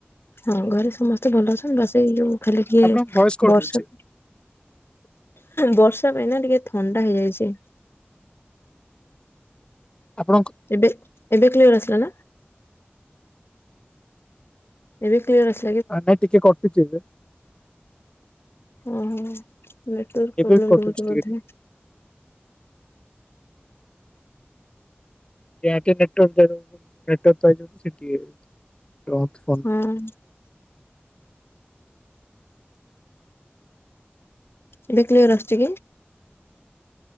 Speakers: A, on the left; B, on the left.
A: ହଁ ଘରେ ସମସ୍ତେ ଭଲ ଅଛନ୍ତି ବାସ ଏଇ ଯୋଉ ଖାଲି ଟିକେ
B: ଆପଣଙ୍କ ଭଏସ କଟ
A: ବର୍ଷାକୁ
B: ହଉଛି
A: ବର୍ଷା ପାଇଁ ନା ଟିକେ ଥଣ୍ଡା ହେଇଯାଇଚି।
B: ଆପଣଙ୍କୁ?
A: ଏବେ ଏବେ କ୍ଲିୟର ଆସିଲାନା? ଏବେ କ୍ଲିୟର ଆସି।
B: ଆ ନାଇଁ ଟିକେ <unintelligible>
A: ଓହୋ ନେଟୱାର୍କ
B: ଏବେ ବି କଟୁଛି
A: ପ୍ରୋବ୍ଲେମ୍
B: ଟିକେ ଟିକେ।
A: <unintelligible>
B: <unintelligible> ରହନ୍ତୁ ଫୋନଟା।
A: ହୁଁ ଏବେ କ୍ଲିୟର ଆସୁଚି କି?